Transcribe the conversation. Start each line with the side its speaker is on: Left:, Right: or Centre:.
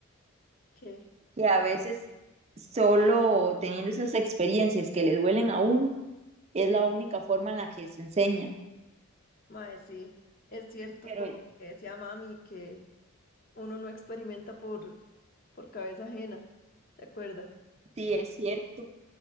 Left: ¿Qué?
Right: que a veces solo teniendo esas experiencias que le duelen a uno, es la única forma en la que se enseña.
Left: Mae, sí, es cierto,
Right: Pero
Left: como lo que decía mami, que uno no experimenta por, por cabeza ajena, ¿se acuerda?
Right: sí, es cierto.